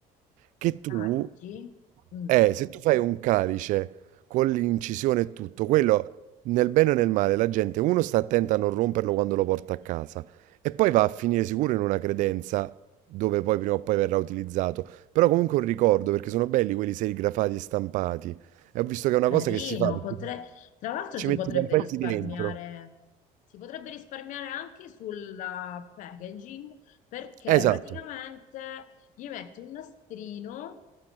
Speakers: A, on the right; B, on the left.
A: che tu,
B: Calici. Mm.
A: eh, se tu fai un calice con l'incisione e tutto, quello nel bene o nel male, la gente, uno sta attenta a non romperlo quando lo porta a casa e poi va a finire sicuro in una credenza dove poi prima o poi verrà utilizzato, però comunque un ricordo, perché sono belli quelli serigrafati e stampati, e ho visto che è
B: Carino,
A: una cosa che si fa, perché
B: potre- tra l'altro
A: ci
B: si
A: metti
B: potrebbe
A: i confetti
B: risparmiare,
A: dentro.
B: si potrebbe risparmiare anche sulla packaging perché
A: Esatto.
B: praticamente gli metti un nastrino